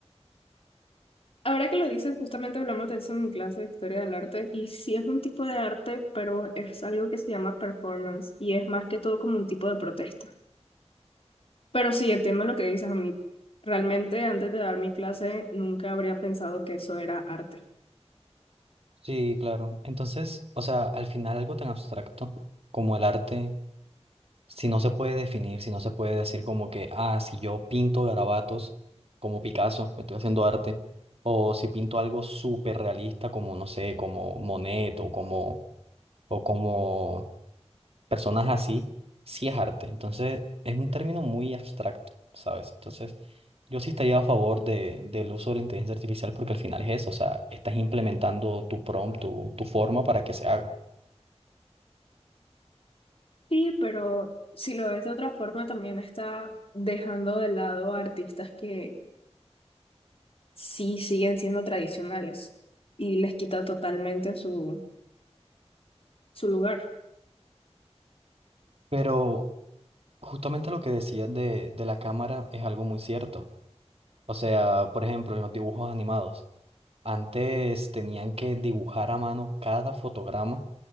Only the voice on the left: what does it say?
Ahora que lo dices, justamente hablamos de eso en mi clase de historia del arte y sí es un tipo de arte, pero es algo que se llama performance y es más que todo como un tipo de protesta. Pero sí, entiendo lo que dices a mí. Realmente antes de dar mi clase nunca habría pensado que eso era arte.
Sí, pero si lo ves de otra forma, también está dejando de lado a artistas que sí siguen siendo tradicionales y les quita totalmente su, su lugar.